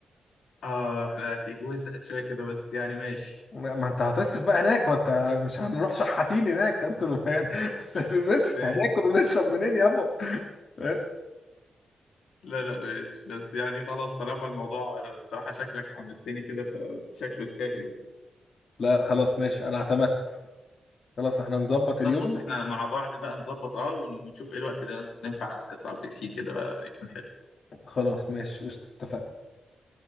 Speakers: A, on the left; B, on the left.
A: اه لا كيك وسعت شويه كده بس يعني ماشي
B: ما ما انت هتصرف بقى هناك وانت مش هنروح شحاتين هناك انتوا يعني <laughs> لازم نصرف
A: ماشي.
B: هناكل ونشرب منين يابا بس
A: لا لا ماشي بس يعني خلاص طالما الموضوع بصراحة شكلك حمستني كده فشكله يستاهل يعني
B: لا خلاص ماشي انا اعتمدت خلاص احنا نظبط اليوم
A: خلاص بص احنا مع بعض بقى نظبط اه ون- ونشوف ايه الوقت اللي ننفع نطلع فيه كده بقى يكون حلو
B: خلاص ماشي قشطة اتفقنا